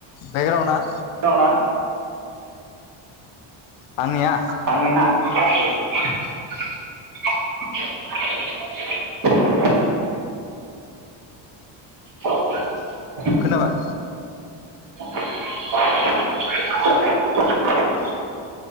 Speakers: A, on the left; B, on the right.
A: बेकग्राउन आ
B: ना
A: आंनिया
B: <inaudible> आंनिया <unintelligible> <inaudible> <inaudible>
A: खोनाबाय?
B: <inaudible>